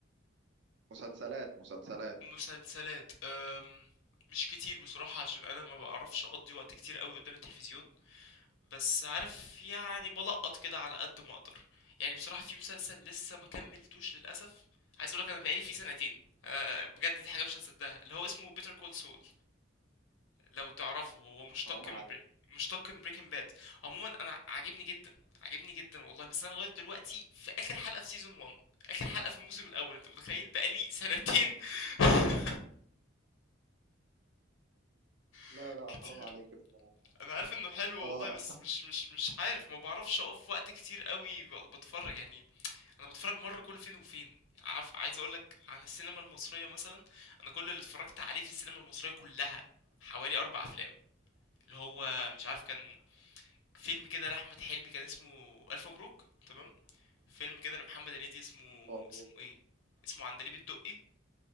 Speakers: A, on the right (about 65°); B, on the left (about 80°).
A: مسلسلات مسلسلات
B: مسلسلات أم... مش كتير بصراحة عشان انا ما بعرفش اقضي وقت كتير قوي قدام التلفزيون بس عارف يعني بلقط كده على قد ما اقدر يعني بصراحة في مسلسل لسه ما كملتوش للأسف عايز اقولك انا بقالي فيه سنتين أه بجد دي حاجة مش هتصدقها اللي هو اسمه بيتر كول سول لو تعرفه هو مشتق
A: حرام
B: من
A: عليك
B: بري... مشتق من بريكنج باد عموما انا عاجبني جدا عاجبني جدا والله بس انا لغايه دلوقتي في اخر حلقه في سيزون 1 اخر حلقه في الموسم الاول انت متخيل بقالي سنتين <laughs>
A: لا
B: <applause>
A: لا
B: كتير
A: حرام عليك الصراحه
B: انا عارف انه حلو والله
A: اه
B: بس مش مش مش عارف ما بعرفش اقف وقت كتير قوي ب- بتفرج يعني انا بتفرج مره كل فين وفين عارف عايز اقول لك عن السينما المصريه مثلا انا كل اللي اتفرجت عليه في السينما المصريه كلها حوالي اربع افلام اللي هو مش عارف كان فيلم كده لأحمد حلمي كان اسمه ألف مبروك تمام فيلم كده لمحمد هنيدي اسمه
A: ألف مبروك
B: اسمه ايه اسمه عندليب الدقي